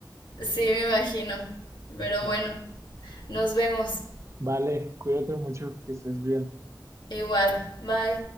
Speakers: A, on the left; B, on the right.
A: Sí, me imagino. Pero
B: Eh,
A: bueno, nos vemos.
B: vale, cuídate mucho, que estés bien.
A: Igual, bye.